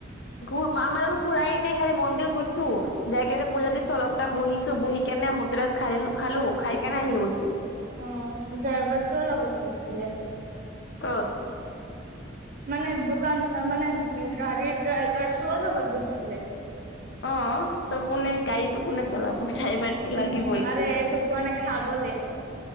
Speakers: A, on the left; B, on the right.
A: ঘ আমাৰ লগত ফুৰাই নে খালি মন্দিৰ গৈছো, যাই কেনে পূজা দিছো অলপাম বহিছো বহি কেনে হোটেলত খাই খালো খাই কেনে আহি গৈছোঁ।
B: অ ড্ৰাইভাৰটোও লগত গৈছিলে।
A: ক'ত?
B: মানে দোকান মানে গাড়ীৰ ড্ৰাইভাৰটো অ লগত গৈছিলে।
A: অ', ত কোনে গাড়ীটো কোনে চলাব। ড্ৰাইভাৰটো
B: উম
A: লাগিবই
B: আৰেএইটো কোৱা নাই খাবলে।